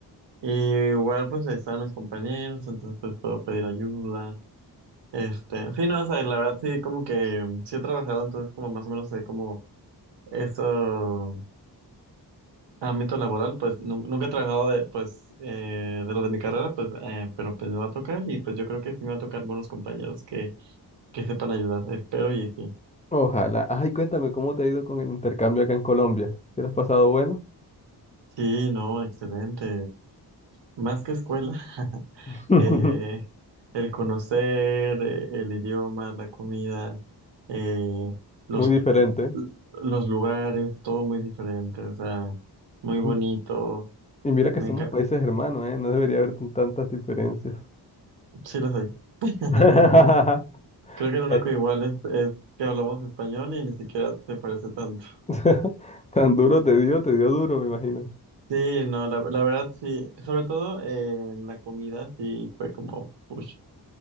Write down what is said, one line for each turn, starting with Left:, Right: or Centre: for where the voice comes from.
Right: y igual pues ahí están mis compañeros, entonces pues puedo pedir ayuda, este, sí, no, o sea, la verdad sí como que mm, sí he trabajado, entonces como más o menos sé como eso Ámbito laboral, pues nu- nunca he trabajado de, pues, eh, de lo de mi carrera, pues, eh, pero pues me va a tocar y pues yo creo que sí me va a tocar buenos compañeros que, que sepan ayudar, espero y sí.
Left: Ojalá. Ay, cuéntame cómo te ha ido con el intercambio acá en Colombia. ¿Te lo has pasado bueno?
Right: Sí, no, excelente. Más que escuela, <laughs>
Left: <laughs>
Right: eh, el conocer, eh, el idioma, la comida, eh, los,
Left: Muy diferente. ¿eh?
Right: los lugares, todo muy diferente, o sea, muy bonito.
Left: Mm, Y mira que
Right: Me
Left: somos
Right: encanta.
Left: países hermanos, ¿eh? No debería haber tan- tantas diferencias.
Right: Sí, lo soy. <laughs>
Left: <laughs>
Right: Creo que lo único
Left: Tan
Right: igual es, es que hablamos español y ni siquiera se parece tanto.
Left: <laughs> tan duro te dio, te dio duro, me imagino.
Right: Sí, no, la, la verdad sí. Sobre todo eh, en la comida sí fue como push,